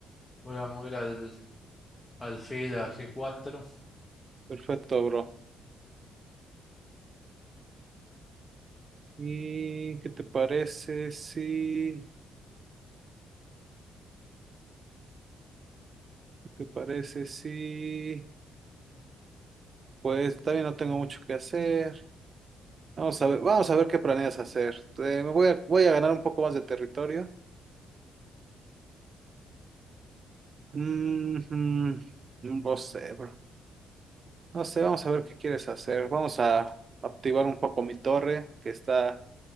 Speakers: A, on the left; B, on the right.
A: Voy a mover al alfil a G4.
B: Perfecto, bro. ¿Y qué te parece si... ¿Qué te parece si... Pues también no tengo mucho que hacer. Vamos a ver, vamos a ver qué planeas hacer. Te- me voy a, voy a ganar un poco más de territorio. Mm, mm, no sé, bro. No sé, vamos a ver qué quieres hacer. Vamos a activar un poco mi torre que está...